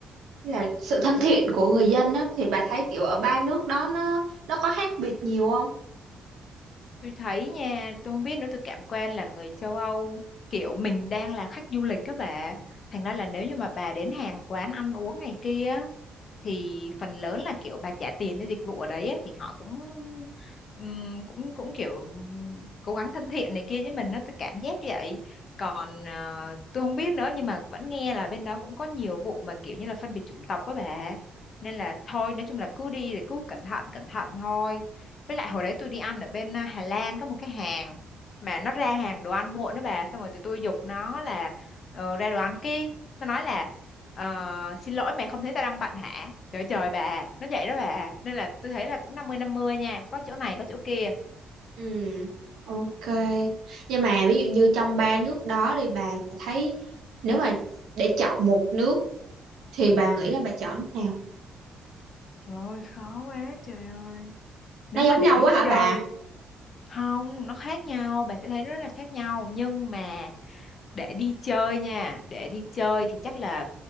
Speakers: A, on the right; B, on the left.
A: là sự thân thiện của người dân á thì bà thấy kiểu ở ba nước đó nó nó có khác biệt nhiều không?
B: tôi thấy nha tôi không biết nữa tôi cảm quan là người châu Âu kiểu mình đang là khách du lịch các bạn thành ra là nếu như mà bà đến hàng quán ăn uống này kia thì phần lớn là kiểu bà trả tiền cho dịch vụ ở đấy ấy, thì họ cũng ừm, cũng cũng kiểu ừm, cố gắng thân thiện này kia với mình á tôi cảm giác vậy còn ờ, tôi không biết nữa nhưng mà vẫn nghe là bên đó cũng có nhiều vụ mà kiểu như là phân biệt chủng tộc đó bà nên là thôi nói chung là cứ đi thì cứ cẩn thận cẩn thận thôi với lại hồi đấy tôi đi ăn ở bên ờ, Hà Lan có một cái hàng mà nó ra hàng đồ ăn muộn đó bà xong rồi tụi tôi giục nó là ờ, ra đồ ăn kia nó nói là Ờ, xin lỗi mẹ không thấy ta đang bận hả? Trời trời bà, nó vậy đó bà. Nên là tôi thấy là cũng năm mươi năm mươi nha, có chỗ này có chỗ kia.
A: Ừ, ok. Nhưng mà ví dụ như trong ba nước đó thì bà, bà thấy nếu mà để chọn một nước thì bà nghĩ là bà chọn nước nào?
B: Trời ơi khó quá trời ơi Nếu
A: Nó giống
B: mà để
A: nhau
B: đi
A: quá hả
B: chơi,
A: bà?
B: không, nó khác nhau, bà sẽ thấy rất là khác nhau. Nhưng mà để đi chơi nha để đi chơi thì chắc là